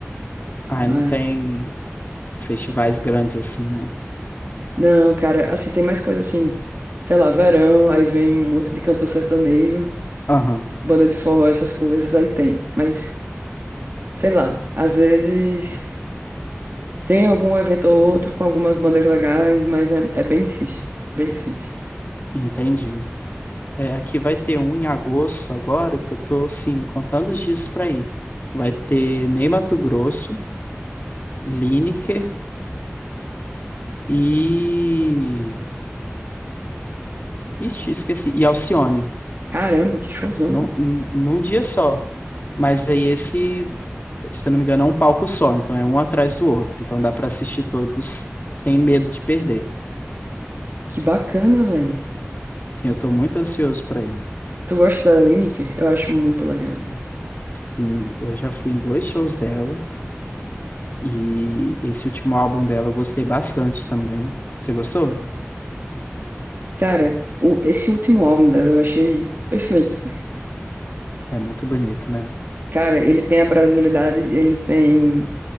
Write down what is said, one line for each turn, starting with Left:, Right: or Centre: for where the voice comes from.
Left: Aí
Right: Mas.
Left: não tem festivais grandes assim, né?
Right: Não, cara, assim, tem mais coisa assim, sei lá, verão, aí vem um monte de cantor sertanejo,
Left: Aham,
Right: banda de forró, essas coisas, aí tem. Mas, sei lá, às vezes tem algum evento ou outro com algumas bandas legais, mas é, é bem difícil, bem difícil.
Left: entendi. É, aqui vai ter um em agosto agora, que eu tô, assim, contando os dias pra ir. Vai ter Ney Matogrosso, Lineker e... Ixi, esqueci. E Alcione.
Right: Caramba, que showzão,
Left: num,
Right: hein?
Left: num num dia só. Mas aí esse, se eu não me engano, é um palco só, então é um atrás do outro. Então dá para assistir todos sem medo de perder.
Right: Que bacana, velho.
Left: Sim, eu tô muito ansioso para ir.
Right: Tu gosta da Lineker? Eu acho muito legal. né?
Left: Sim, eu já fui em dois shows dela e esse último álbum dela eu gostei bastante também. Você gostou?
Right: Cara, o- esse último álbum dela eu achei perfeito, velho.
Left: É muito bonito, né?
Right: Cara, ele tem a brasilidade, ele tem